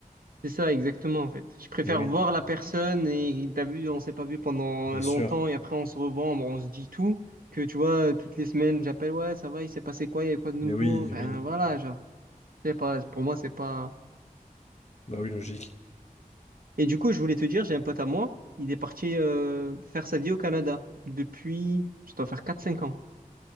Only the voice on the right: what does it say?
C'est ça, exactement, en fait. Je préfère
voir la personne et t'as vu, on s'est pas vu pendant
longtemps
et après, on se revoit, on, on se dit tout. Que tu vois, toutes les semaines, j'appelle, ouais, ça va, il s'est passé quoi, il y a quoi de nouveau?
Enfin,
voilà, genre, je sais pas, pour moi, c'est pas.
Et du coup, je voulais te dire, j'ai un pote à moi, il est parti euh, faire sa vie au Canada depuis, je dois faire quatre cinq ans.